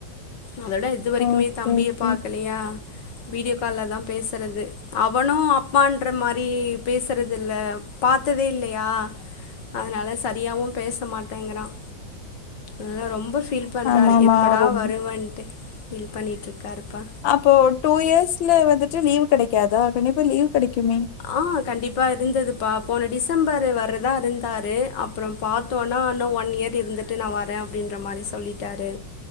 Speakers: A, on the left; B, on the left.
A: அதோட இது வரைக்குமே
B: ஓகே
A: தம்பிய
B: ஓகே.
A: பாக்கலையா வீடியோ கால்லதா பேசுறது அவனு அப்பான்ற மாரி பேசுறதில்ல பாத்ததே இல்லையா அதனால சரியாவும் பேச மாட்டேங்கிறான் அதா ரொம்ப ஃபீல் பண்றாரு
B: ஆமாமா
A: எப்படா
B: ரொம்
A: வருவன்ட்டு ஃபீல் பண்ணிட்டு இருக்காருப்பா
B: அப்போ ட்டூ இயர்ஸ்ல வந்துட்டு லீவ் கிடைக்காதா கண்டிப்பா லீவ் கெடைக்குமே
A: ஆ கண்டிப்பா இருந்ததுப்பா போன டிசம்பரு வரதா இருந்தாரு அப்புறம் பாத்தோன்னா இன்னும் ஒன் இயர் இருந்துட்டு நான் வரேன் அப்டின்ற மாறி சொல்லிட்டாரு